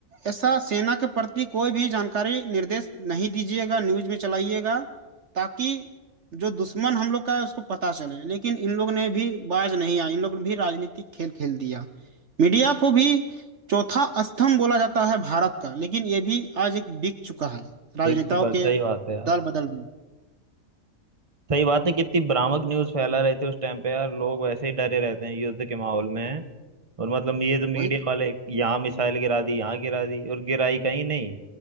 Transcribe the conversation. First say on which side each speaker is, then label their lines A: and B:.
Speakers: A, on the right; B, on the right.
A: ऐसा सेना के प्रति कोई भी जानकारी निर्देश नहीं दीजिएगा न्यूज में चलाइएगा ताकि जो दुश्मन हम लोग का है उसको पता चले लेकिन इन लोग ने भी बाज नहीं आए इन लोग ने भी राजनीतिक खेल खेल दिया मीडिया को भी चौथा स्तंभ बोला जाता है भारत का लेकिन ये भी आज एक बिक चुका है राजनेताओं
B: देख चुका
A: के
B: सही बात है यार
A: दल बदल में
B: सही बात है कितनी भ्रामक न्यूज फैला रहे थे उस टाइम पे यार लोग वैसे ही डरे रहते हैं युद्ध के माहौल में और मतलब ये तो मीडिया
A: वही तो
B: वाले यहाँ मिसाइल गिरा दी यहाँ गिरा दी और गिराई कहीं नहीं